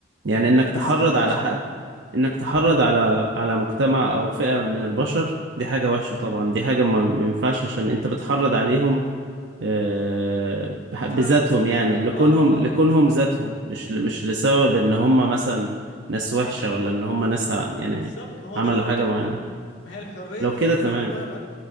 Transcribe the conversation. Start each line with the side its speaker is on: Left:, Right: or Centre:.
Right: يعني انك
Left: بس
Right: تحرض
Left: هو ده اللي
Right: على
Left: اقصده
Right: حد انك تحرض على على مجتمع او فئه من البشر دي حاجه وحشه طبعا دي حاجه ما ما ينفعش عشان انت بتحرض عليهم آه، بح-
Left: بيتعرض
Right: بذاتهم
Left: عليهم ناس كتيره
Right: يعني
Left: اه
Right: لكونهم لكونهم
Left: اه يعني فاهمني
Right: ذاتهم مش ل- مش لسبب ان هم مثلا ناس وحشة ولا ان هم ناس ع- يعني
Left: بالظبط ما هو
Right: عملوا
Left: ده اللي انا
Right: حاجة
Left: بتكلم
Right: معينة
Left: فيه ما هي الحريه
Right: لو
Left: في
Right: كده
Left: النطاق
Right: تمام
Left: ده لا